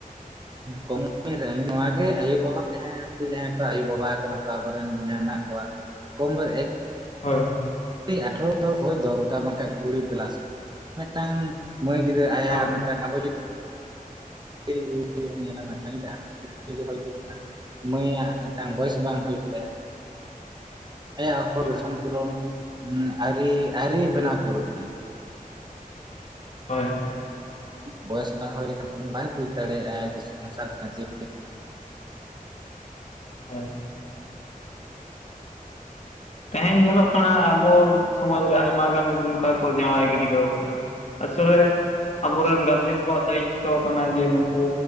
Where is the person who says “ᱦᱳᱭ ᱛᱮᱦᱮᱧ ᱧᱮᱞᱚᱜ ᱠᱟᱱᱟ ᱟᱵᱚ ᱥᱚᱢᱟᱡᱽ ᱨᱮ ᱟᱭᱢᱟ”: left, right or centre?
Left